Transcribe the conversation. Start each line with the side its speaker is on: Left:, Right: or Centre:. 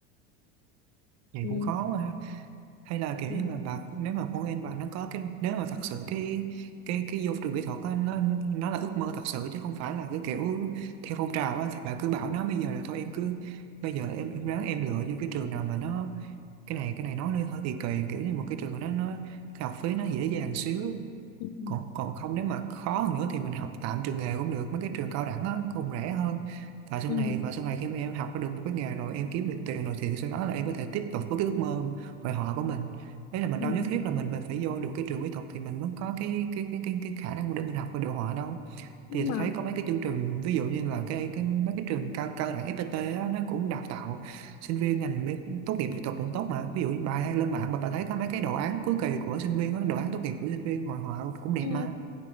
Right: vậy
Left: ừ
Right: cũng khó quá ha hay là kiểu
Left: ừ
Right: như là bà nếu mà con em bà nó có cái nếu mà thật sự cái cái cái vô trường kỹ thuật á, nó nó là ước mơ thật sự chứ không phải là cái kiểu theo phong trào á, thì bà cứ bảo nó bây giờ là thôi em cứ bây giờ em em ráng em lựa vô cái trường nào mà nó cái này cái này nói lên hơi kỳ kỳ kiểu như một cái trường nó nó cái học phí nó dễ dàng xíu
Left: ừ
Right: còn còn không nếu mà khó hơn nữa thì mình học tạm trường nghề cũng được mấy cái trường cao đẳng á cũng rẻ hơn và sau
Left: ừ
Right: này và sau này khi mà em học ra được một cái nghề rồi em kiếm được tiền rồi thì sau đó là em có thể tiếp tục với cái ước mơ hội họa của mình đấy là mình
Left: ừ
Right: đâu nhất thiết là mình mình phải vô được cái trường mỹ thuật thì mình mới có cái cái cái cái, cái khả năng để mình học về đồ họa đâu
Left: nhưng
Right: thì
Left: mà
Right: tôi thấy có mấy cái chương trình ví dụ như là cái cái mấy cái trường cao cao đẳng FPT á, nó cũng đào tạo sinh viên ngành mỹ, tốt nghiệp mỹ thuật cũng tốt mà ví dụ như bà hay lên mạng mà bà thấy có mấy cái đồ án cuối kỳ của sinh viên á, đồ án tốt nghiệp của sinh viên rồi họ cũng đẹp
Left: ừ
Right: mà